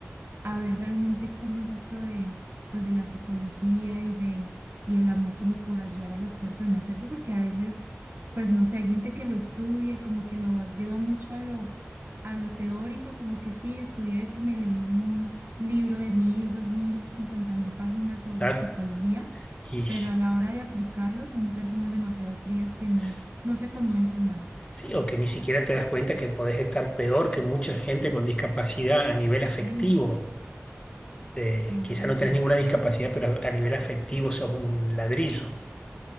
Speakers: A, on the right; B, on the left.
A: a ver realmente cómo es esto de, pues, de la psicología y de, y el amor como por ayudar a las personas, ¿cierto? Porque a veces, pues, no sé, hay gente que lo estudia y como que lo lleva mucho a lo, a lo teórico, como que sí, estudié esto y me leí un libro de mil, dos mil, cincuenta mil páginas sobre
B: Claro.
A: psicología,
B: Y
A: pero a la hora de aplicarlo son personas demasiado frías que no,
B: s-
A: no se conmueven con nada.
B: sí, o que ni siquiera te das cuenta que podés estar peor que mucha gente con discapacidad a nivel afectivo.
A: <laughs> Eso,
B: Eh,
A: tienes
B: quizá
A: razón.
B: no tenés ninguna discapacidad, pero a nivel afectivo sos un ladrillo,